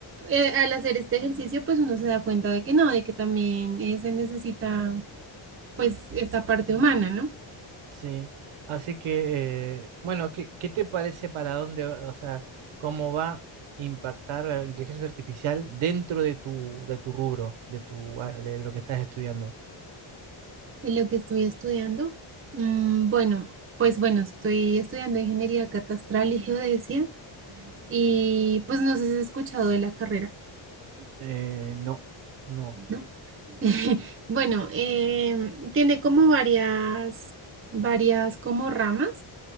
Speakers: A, on the right; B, on the right.
A: eh, al hacer este ejercicio, pues uno se da cuenta de que no, de que también eh, se necesita, pues, esta parte humana, ¿no?
B: sí. Así que, eh, bueno, ¿qué, qué te parece para dónde, va- o sea, cómo va a impactar la inteligencia artificial dentro de tu, de tu rubro, de tu, a- de lo que estás estudiando?
A: De lo que estoy estudiando. Mm, bueno, pues bueno, estoy estudiando ingeniería catastral y geodesia. Y pues no sé si has escuchado de la carrera,
B: Eh, no, no.
A: ¿no? <laughs> Bueno, eh, tiene como varias, varias como ramas,